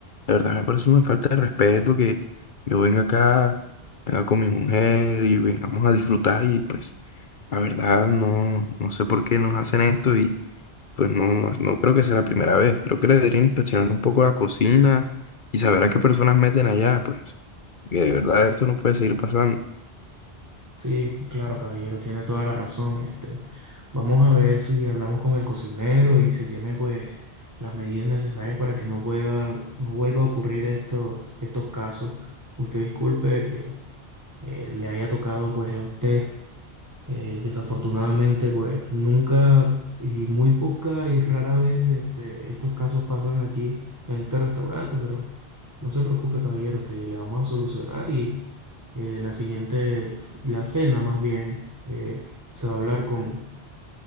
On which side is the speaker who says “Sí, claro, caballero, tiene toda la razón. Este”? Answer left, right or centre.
Right